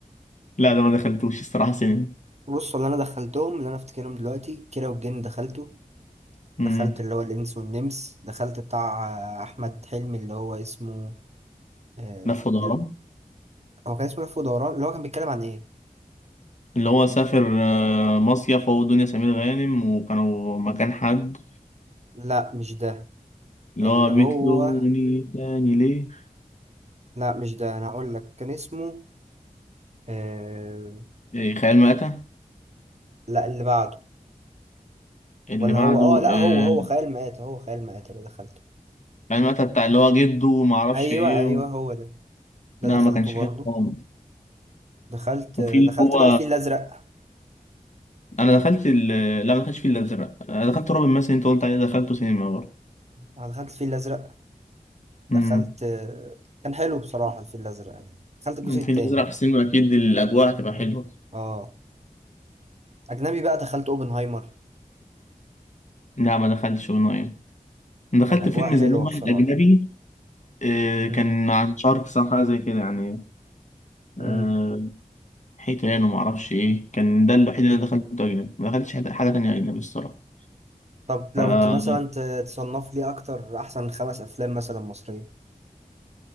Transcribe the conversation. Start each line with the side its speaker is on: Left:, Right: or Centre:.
Left: لا ده ما دخلتوش الصراحة سينما
Right: بص اللي انا دخلتهم اللي انا افتكرهم دلوقتي كيرة والجن دخلته
Left: امم
Right: دخلت اللي هو الانس والنمس دخلت بتاع آه، احمد حلمي اللي هو اسمه آه،
Left: لف ودوران
Right: لا، هو كان اسمه لف ودوران اللي هو كان بيتكلم عن ايه
Left: اللي هو سافر آه، مصيف هو ودنيا سمير غانم وكانوا مكان حد
Right: لا مش ده
Left: اللي
Right: اللي
Left: هو بتلوموني
Right: هو
Left: تاني ليه
Right: لا مش ده انا هقول لك كان اسمه آه،
Left: إيه، خيال مآتة
Right: لا اللي بعده
Left: اللي
Right: ولا
Left: بعده
Right: هو اه لا
Left: آه،
Right: هو هو خيال مآتة هو خيال مآتة اللي دخلته
Left: خيال مآتة بتاع اللي هو جده وما اعرفش
Right: ايوه
Left: ايه
Right: ايوه
Left: و...
Right: هو ده ده
Left: لا
Right: دخلته
Left: ما كانش
Right: برضه
Left: حلو خالص
Right: دخلت
Left: وفي
Right: آه،
Left: اللي
Right: دخلت
Left: هو
Right: بقى الفيل الازرق
Left: انا دخلت ال... لا ما دخلتش في الازرق انا دخلت رعب مثلا انت قلت عليه دخلته سينما برضه
Right: أنا دخلت الفيل الازرق
Left: امم
Right: دخلت كان حلو بصراحة الفيل الأزرق يعني دخلت الجزء
Left: الفيل
Right: التاني
Left: الأزرق في السينما أكيد الأجواء هتبقى حلوة
Right: اه أجنبي بقى دخلت أوبنهايمر
Left: لا ما دخلتش ونايم انا دخلت
Right: كان أجواء
Left: فيلم
Right: حلوة
Left: زمان واحد
Right: بصراحة
Left: أجنبي آه
Right: امم
Left: كان عن شاركس أو حاجة زي كده يعني
Right: امم
Left: آه حيتان وما أعرفش إيه كان ده الوحيد اللي دخلته أجنبي ما دخلتش حد- حاجة تانية أجنبي الصراحة
Right: طب لو
Left: فمصرية
Right: ت- مثلا ت- تصنف لي أكتر أحسن خمس أفلام مثلا مصرية